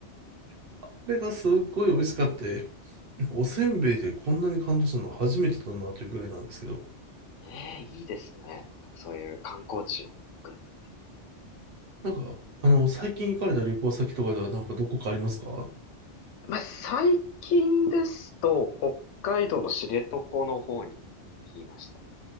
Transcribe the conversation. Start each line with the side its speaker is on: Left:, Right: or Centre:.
Right: <laughs> これがすっごい美味しかって、なんかおせんべいでこんなに感動するの初めてだなというぐらいなんですけど、
Left: ええ、いいですね。なんかそういう観光地をグルメ。
Right: なんか、あの、最近行かれた旅行先とかではなんかどこかありますか
Left: まあ、最近ですと、北海道の知床の方に行きましたね。